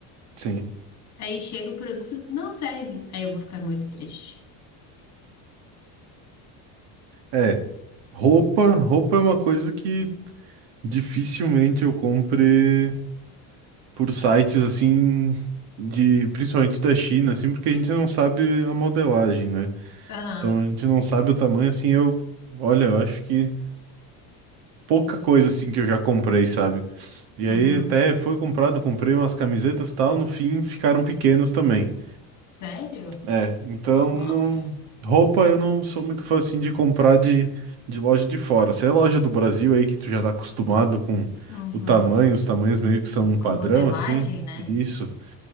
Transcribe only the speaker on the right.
Sim.
É. Roupa, roupa é uma coisa que dificilmente eu compre por sites assim de, principalmente da China, assim, porque a gente não sabe a modelagem, né?
Então a gente não sabe o tamanho, assim, eu, olha, eu acho que pouca coisa assim que eu já comprei, sabe? E
aí até foi comprado, comprei umas camisetas e tal, no fim ficaram pequenos também.
É, então
não... roupa eu não sou muito fã assim de comprar de, de loja de fora. Se é loja do Brasil aí que tu já tá acostumado com
o tamanho, os tamanhos meio que são um padrão
assim,
isso.